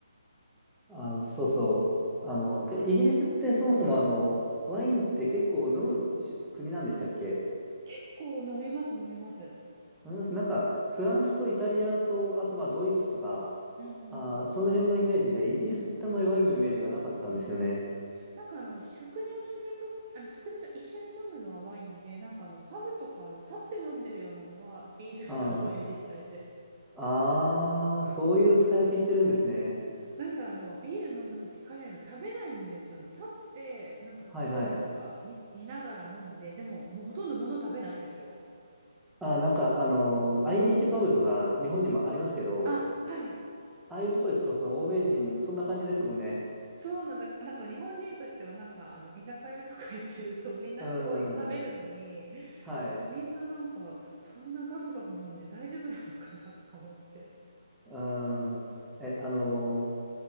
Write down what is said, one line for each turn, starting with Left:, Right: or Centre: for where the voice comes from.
Centre: あの、そうそう。あの、えイギリスってそもそもあの、ワインって結構飲むし国なんでしたっけ
Right: 結構飲みます、飲みます。
Centre: 飲みますなんか、フランスとイタリアと、あとまあドイツとか、
Right: うんうんうん。
Centre: あー、その辺のイメージで、イギリスってあんまりワインのイメージがなかったんですよね。
Right: なんかあの食事をすると、あの食事と一緒に飲むのはワインで、なんかあのパブとかあの立って飲んでるようなのはビールが多いみたいで。
Centre: ああ、ああ、そういう使い分けしてるんですね。
Right: なんかあのビール飲むとき彼ら食べないんですよね。立ってなんかフットボールとか見、
Centre: はいはい。
Right: 見ながら飲んで、でももうほとんど物食べないんですよ。
Centre: あー、なんか、あのーアイリッシュパブとか日本にもありますけど、
Right: あ、はい。
Centre: ああいうとこ行くと、その欧米人、そんな感じですもんね。
Right: そうなんだ。なんか日本人としてはなんかあの居酒屋とか行ってるとみんなすごい食べるのに、
Centre: うん。はい。
Right: みんななんかそんなガブガブ飲んで大丈夫なのかなとか思って。
Centre: うん。え、あのー